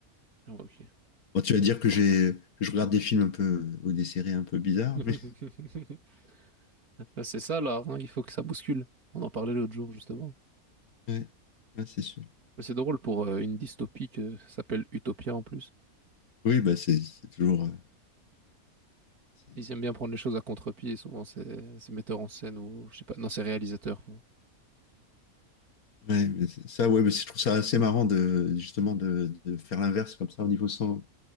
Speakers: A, on the right; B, on the left.
A: Ah ouais, ok.
B: Bon, tu vas dire que j'ai, que je regarde des films un peu, euh, ou des séries un peu bizarres,
A: <laughs>
B: mais
A: Bah, C'est ça là, hein, il faut que ça bouscule. On en parlait l'autre jour justement.
B: <laughs> ouais, ouais, c'est sûr.
A: Mais c'est drôle pour euh, une dystopie que ça s'appelle Utopia en plus.
B: Oui, bah, c'est, c'est toujours, euh, c'est-
A: Ils aiment bien prendre les choses à contre-pied, souvent c'est c'est metteur en scène ou je sais pas, non, c'est réalisateur.
B: ouais, mais c'est- ça, ouais, mais c'est- je trouve ça assez marrant de, justement, de, de faire l'inverse comme ça au niveau sen-